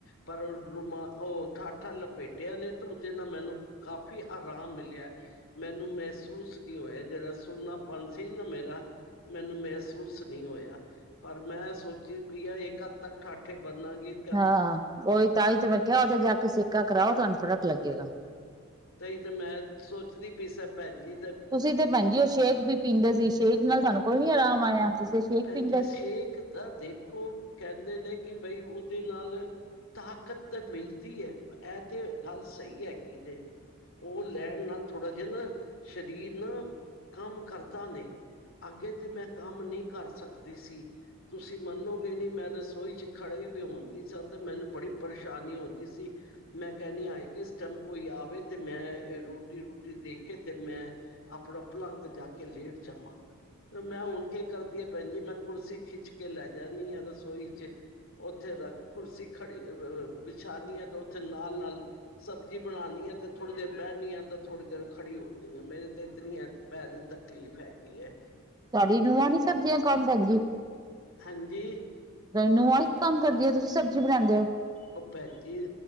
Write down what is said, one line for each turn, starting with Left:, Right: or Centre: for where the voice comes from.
Left: ਪਰ ਉਹ ਰੂਮਾ ਉਹ ਠਾਠਾਂ ਲਪੇਟਿਆ ਨੇ ੳਹਦੇ ਨਾਲ ਮੈਨੂੰ ਕਾਫ਼ੀ ਆਰਾਮ ਮਿਲਿਆ। ਮੈਨੂੰ ਮਹਿਸੂਸ ਨਹੀਂ ਹੋਇਆ, ਜਿਹੜਾ ਸੁਨਾਪਨ ਸੀ ਨਾ ਮੇਰਾ ਮੈਨੂੰ ਮਹਿਸੂਸ ਨਹੀਂ ਹੋਇਆ। ਪਰ ਮੈਂ ਸੋਚੀ ਪਈ ਆ, ਇੱਕ ਹੱਦ ਤੱਕ ਠਾਠੇ ਬਣਗੀ।
Right: ਹਾਂ ਉਹੀ ਤਾਂਹੀ ਤੇ ਮੈਂ ਕਿਹਾ ਉਥ ਜਾ ਕੇ ਸਿੱਕਾ ਕਰਾਓ, ਤੁਹਾਨੂੰ ਫਰਕ ਲੱਗੇਗਾ।
Left: ਤਾਂਈ ਤਾਂ ਮੈਂ ਸੋਚਦੀ ਪਈ ਸਾ ਭੈਣ ਜੀ ਤਾਂ,
Right: ਤੁਸੀਂ ਤੇ ਭੈਣ ਜੀ ਉਹ ਸ਼ੇਕ ਵੀ ਪੀਂਦੇ ਸੀ, ਸ਼ੇਕ ਨਾਲ ਤੁਹਾਨੂੰ ਕੋਈ ਨੀ ਆਰਾਮ ਆਇਆ, ਤੁਸੀਂ ਸ਼ੇਕ
Left: ਭੈੇ
Right: ਪੀਂਦੇ ਸੀ।
Left: ਸ਼ੇਖ ਦਾ ਦੇਖੋ, ਕਹਿੰਦੇ ਨੇ ਕਿ ਬਈ ਉਹਦੇ ਨਾਲ ਤਾਕਤ ਤਾਂ ਮਿਲਦੀ ਹੈ, ਇਹ ਤੇ ਗੱਲ ਸਹੀ ਹੈਗੀ ਨੇ। ਉਹ ਲੈਣ ਨਾਲ ਥੋੜ੍ਹਾ ਜਿਹਾ ਨਾ ਸਰੀਰ ਨਾ ਕੰਮ ਕਰਦਾ ਨੇ ਅੱਗੇ ਤੇ ਮੈਂ ਕੰਮ ਨਹੀਂ ਕਰ ਸਕਦੀ ਸੀ। ਤੁਸੀਂ ਮੰਨੋਗੇ ਨੀ, ਮੈਂ ਰਸੋਈ ਚ ਖੜੇ ਵੀ ਹੁੰਦੀ ਸਨ ਤੇ ਮੈਨੂੰ ਬੜੀ ਪਰੇਸ਼ਾਨੀ ਹੁੰਦੀ ਸੀ। ਮੈਂ ਕਹਿਣੀ ਆਈ ਕਿਸ ਟਾਈਮ ਕੋਈ ਆਵੇ ਤੇ ਮੈਂ ਰੋਟੀ ਰਟੀ ਦੇਖੇ ਤੇ ਮੈਂ ਆਪਣਾ ਭਲੰਗ ਜਾ ਕੇ ਲੇਟ ਜਾਵਾਂ। ਮੈਂ ਹੁਣ ਕੇ ਕਰਦੀ ਆ। ਭੈਣ ਜੀ ਮੈਂ ਕੁਰਸੀ ਖਿੱਚ ਕੇ ਲੈ ਜਾਂਦੀ ਹਾਂ, ਰਸੋਈ ਚ ਉੱਥੇ ਰ ਕੁਰਸੀ ਖੜੀ ਵਿਛਾਨੀ ਹੈ ਤੇ ਉੱਥੇ ਨਾਲ-ਨਾਲ, ਸਬਜ਼ੀ ਬਣਾਉਂਣੀ ਆ ਤੇ ਥੋੜ੍ਹੀ ਦੇਰ ਬਹਿਣੀ ਆ ਤੇ ਥੋੜ੍ਹੀ ਦੇਰ ਖੜੀ ਹੋਦੀ ਮੇਰੇ ਤੇ ਇਤ ਪੈਸ ਦੀ ਤਕਲੀਫ਼ ਹੈਗੀ ਐ।
Right: ਤੁਹਾਡੀਆਂ ਨੂੰਹਾਂ ਨਹੀਂ ਸਬਜੀ ਕੱਟ ਸਕਦੀਆਂ ਭੈਣ ਜੀ।
Left: ਹਾਂਜੀ
Right: ਨਹੁ ਕੰਮ ਕਰਦੀ ਹੈ ਤੁਸੀਂ ਸਬਜ਼ੀ ਬਣਾਉਂਦੇ ਹੋ
Left: ਉਹ ਭੈਣ ਜੀ